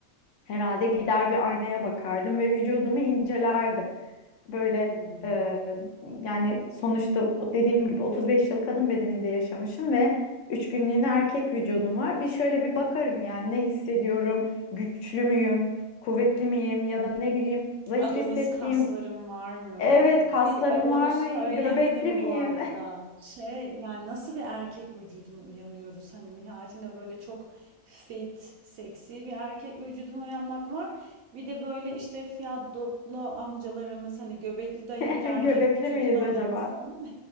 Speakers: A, on the left; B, on the right.
A: Herhalde gider bir aynaya bakardım ve vücudumu incelerdim. Böyle
B: Hmm.
A: e, yani sonuçta o dediğim gibi 35 yıl kadın bedeninde yaşamışım ve üç günlüğüne erkek vücudum var. Bir şöyle bir bakarım yani ne hissediyorum, güçlü müyüm, kuvvetli miyim ya da ne bileyim zayıf
B: Adonis
A: hissettiğim,
B: kaslarım var mı?
A: evet kaslarım
B: Bir e, onu
A: var
B: söylemedim
A: mı, göbekli miyim?
B: bu arada. Şey yani nasıl bir erkek vücuduna uyanıyoruz? Hani nihayetinde böyle çok fit, seksi bir erkek vücuduna uyanmak var. Bir de böyle işte fiyadoplo amcalarımız hani göbekli dayı
A: <laughs>
B: bir erkek
A: Göbekli
B: vücuduna
A: miyiz acaba?
B: uyansan.